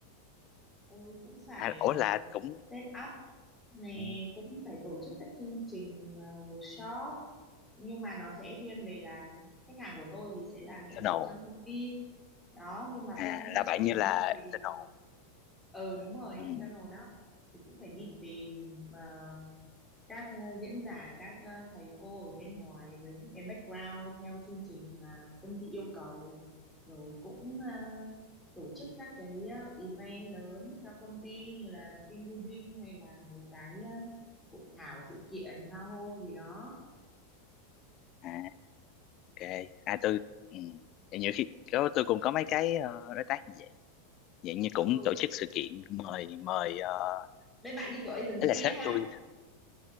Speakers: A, in the centre; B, on the left.
A: ừ, cũng phải
B: à, ủa là
A: uh,
B: cũng
A: set up nè
B: ừ,
A: cũng phải tổ chức các chương trình ờ, workshop nhưng mà nó sẽ thiên về là khách hàng của tôi thì sẽ là nội
B: internal
A: bộ ở trong công ty đó nhưng mà
B: à
A: tôi cũng
B: là
A: sẽ
B: bạn
A: phải
B: như
A: đi
B: là
A: tìm
B: internal
A: ừ đúng rồi internal
B: ừ.
A: đó thì cũng phải đi tìm ờ, các ờ, diễn giả các ờ, thầy cô ở bên ngoài với những cái background theo chương trình mà công ty yêu cầu rồi cũng à, tổ chức các cái ờ, event lớn cho công ty như là team building hay là mấy cái ờ, hội thảo sự kiện tha hô gì đó
B: à ok à tôi ừ. Vậy nhiều khi có- tôi cũng có mấy cái ờ, đối tác như vậy dạng như cũng
A: ừ
B: tổ chức sự kiện mời mời uh,
A: bên bạn như kiểu agency
B: là sếp
A: ấy ha
B: tôi